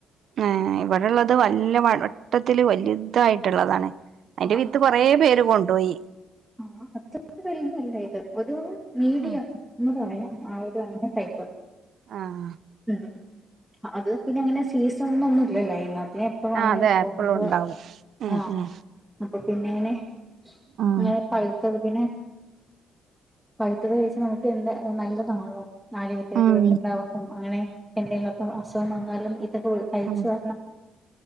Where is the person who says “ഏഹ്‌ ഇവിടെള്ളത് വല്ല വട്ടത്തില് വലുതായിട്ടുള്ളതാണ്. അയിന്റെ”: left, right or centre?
Right